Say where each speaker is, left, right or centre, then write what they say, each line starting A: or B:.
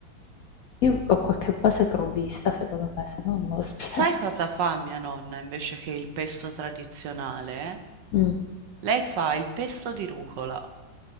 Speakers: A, on the left; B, on the right.
A: io ho qualche base crudista, secondo me, se no non me lo <laughs> spiego.
B: sai cosa fa mia nonna invece che il pesto tradizionale?
A: Mm,
B: Lei fa il pesto di rucola,